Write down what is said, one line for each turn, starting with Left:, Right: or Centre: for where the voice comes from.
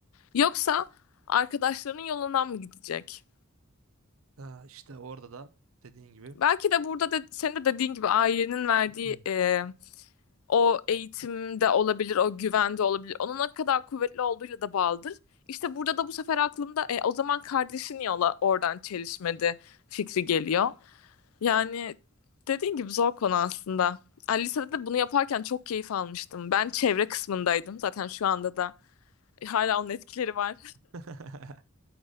Left: Yoksa arkadaşlarının yolundan mı gidecek?
Right: Ha, işte orada da dediğin gibi
Left: Belki de burada da senin de dediğin gibi ailenin verdiği
Right: <clears throat>
Left: e, o eğitimde olabilir, o güvende olabilir. Onun ne kadar kuvvetli olduğuyla da bağlıdır. İşte burada da bu sefer aklımda e, o zaman kardeşin yola oradan çelişmedi fikri geliyor. Yani dediğin gibi zor konu aslında. Yani lisede de bunu yaparken çok keyif almıştım. Ben çevre kısmındaydım. Zaten şu anda da hala onun etkileri var.
Right: <laughs>